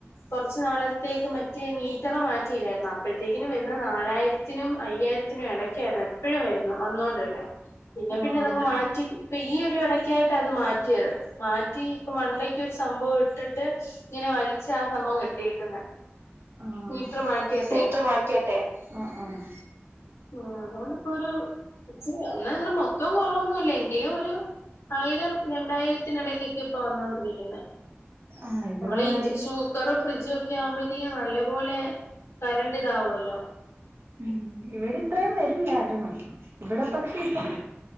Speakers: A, on the left; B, on the right.
A: കുറച്ച് നാളത്തേക്ക് മറ്റേ മീറ്ററ് കുറച്ചു നാളത്തേക്ക് മറ്റേ ഹിറ്റർ മാറ്റിയില്ലാരുന്നോ അപ്പോഴത്തേക്കിനും വരുന്നെ നാലായിരത്തി എല്ലാത്തിനും അയ്യായിരത്തിനും ഇടക്കായിരുന്നു എപ്പോഴും വരുന്ന് വന്നോണ്ടിരുന്നെ പിന്നെ
B: ആഹ്
A: പിന്നെ അതങ്ങ് മാറ്റി ഇപ്പോ ഈ ഒരു ഇടക്കായിട്ടാണ് അത് മാറ്റിയത് മാറ്റി ഇപ്പൊ മണ്ടയ് ഒരു സംഭവം ഇട്ടിട്ട് ഇങ്ങനെ വലിച്ചാ ആ സംഭവം കെട്ടിയേക്കുന്നെ
B: ആഹ്
A: മീറ്റർ മാറ്റിയിട്ടെ
B: മീറ്ററ് മാറ്റിയട്ടേ ആഹ്, ആഹ്
A: ഉം അതുകൊണ്ട് ഇപ്പോ ഒരു ഇച്ചിരി അന്ന് മൊത്തം കുറവൊന്നുമില്ല എങ്കിലും ഒരു ആയിരം രണ്ടായിരത്തിനിടക്കൊക്കെ ഇപ്പൊ വന്നൊണ്ടിരിക്കുന്നെ
B: ആഹ് ഇവിടെ
A: നമ്മള്
B: ആയി
A: ഇഞ്ചക്ഷൻ കുക്കറും ഫ്രിഡ്ജും ഒക്കെ ആവുമ്പോഴത്തേക്കും നല്ല പോലെ കരണ്ട് ഇതാവുമല്ലോ
B: ഉം ഇവിടെ ഇത്രയും വരില്ലായിരുന്നു ഇവിടെ പക്ഷെ ഇപ്പോ